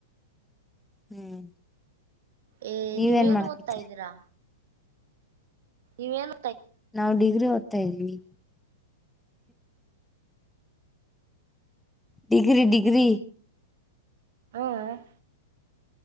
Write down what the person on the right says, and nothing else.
ಏ
-ನೀವೇಏನು
ಓದ್ತಾ ಇದ್ದೀರಾ. ಇವೇನು
ಹಾ-